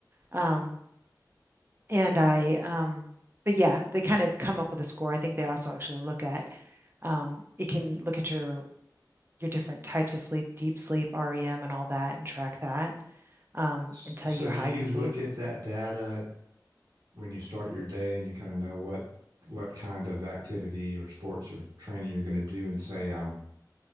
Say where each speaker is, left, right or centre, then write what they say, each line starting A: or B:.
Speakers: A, on the right; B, on the right.
A: Um, and I, um, but yeah, they kind of come up with a score. I think they also actually look at, um, it can look at your your different types of sleep, deep sleep, REM, and all that, and track that, um,
B: s-
A: and tell
B: so
A: you how
B: do you
A: you sleep.
B: look at that data when you start your day and you kind of know what what kind of activity or sports or training you're going to do and say I'm